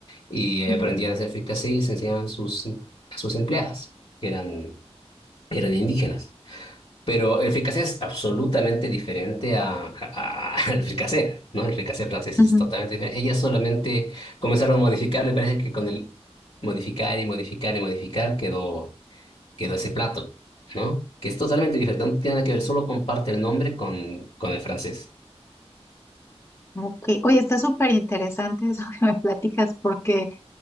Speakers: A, on the left (about 60°); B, on the left (about 25°).
A: y eh,
B: Ujú,
A: aprendían a hacer fricassé y les enseñaban a sus, a sus empleadas, que eran, eran indígenas. Pero el fricassé es absolutamente diferente a, a- a- <laughs> al fricassé, ¿no? El fricassé francés
B: ujú.
A: es totalmente diferente. Ellas solamente comenzaron a modificar, me parece que con el modificar y modificar y modificar quedó quedó ese plato, ¿no? Que es totalmente diferente, no tiene nada que ver, solo comparte el nombre con, con el francés.
B: Ok. Oye, está súper interesante eso <laughs> que me platicas porque.